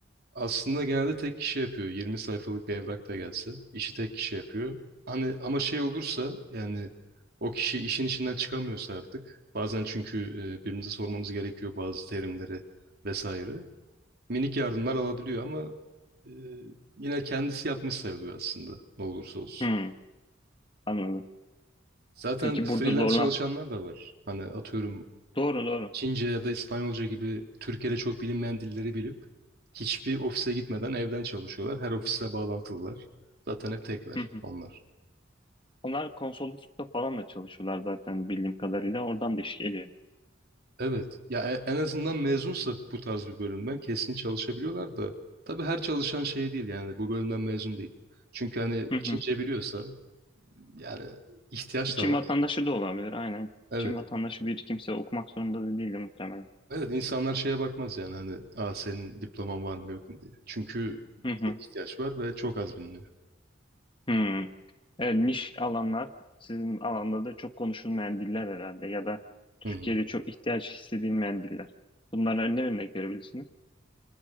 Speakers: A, on the right; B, on the left.
A: Aslında genelde tek kişi yapıyor. 20 sayfalık bir evrak da gelse. işi tek kişi yapıyor. Hani ama şey olursa yani o kişi işin içinden çıkamıyorsa artık. Bazen çünkü e, birbirimize sormamız gerekiyor bazı terimleri vesaire. Minik yardımlar alabiliyor ama e, yine kendisi yapmış sayılıyor aslında ne olursa olsun.
B: Hı, anladım.
A: Zaten
B: Peki
A: freelance
B: burada zorlan.
A: çalışanlar da var. Hani atıyorum
B: Doğru, doğru.
A: Çince ya da İspanyolca gibi Türkiye'de çok bilinmeyen dilleri bilip hiçbir ofise gitmeden evden çalışıyorlar. Her ofisle bağlantılılar. Zaten hep tekler
B: Hı hı.
A: onlar.
B: Onlar konsoloslukta falan da çalışıyorlar zaten bildiğim kadarıyla. Oradan da iş geliyor.
A: Evet. Ya e- en azından mezunsa bu tarz bir bölümden kesin çalışabiliyorlar da tabii her çalışan şey değil yani bu bölümden mezun değil. Çünkü hani
B: Hı hı.
A: Çince biliyorsa yani ihtiyaç da
B: Çin
A: var.
B: vatandaşı da olabilir aynen.
A: Evet.
B: Çin vatandaşı bir kimse okumak zorunda da değil de muhtemelen.
A: Evet insanlar şeye bakmaz yani hani Aa, senin diploman var mı yok mu diye. Çünkü
B: Hı hı.
A: çok ihtiyaç var ve çok az biliniyor.
B: Hı. Evet, niş alanlar sizin alanda da çok konuşulmayan diller herhalde ya da Türkiye'de
A: Hı hı.
B: çok ihtiyaç hissedilmeyen diller. Bunlara ne örnek verebilirsiniz?